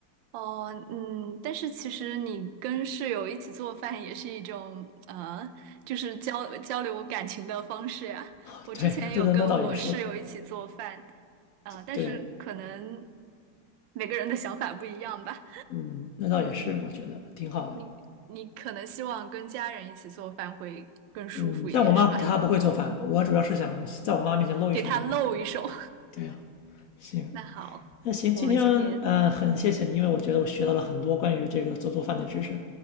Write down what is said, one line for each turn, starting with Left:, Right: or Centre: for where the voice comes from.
Right: 哦，嗯，但是其实你跟室友一起做饭也是一种，呃，就是交交流感情的方式呀。
Left: 啊对，
Right: 我之前有跟我室友一起做饭，
Left: 那那那倒也是，
Right: 呃，但是可能
Left: 对，
Right: 每个人的想法不一样吧。
Left: 嗯，那倒也是，我觉得挺好的。
Right: 你你可能希望跟家人一起做饭会更舒服一点，
Left: 嗯，但我妈她不会做饭，
Right: 是吧？
Left: 我主要是想在我妈面前露一手这样。
Right: 给他露一手。
Left: 对呀、
Right: <laughs>
Left: 行，
Right: 那好，
Left: 那行，
Right: 我们今天
Left: 今天呃很谢谢你，因为我觉得我学到了很多关于这个做做饭的知识。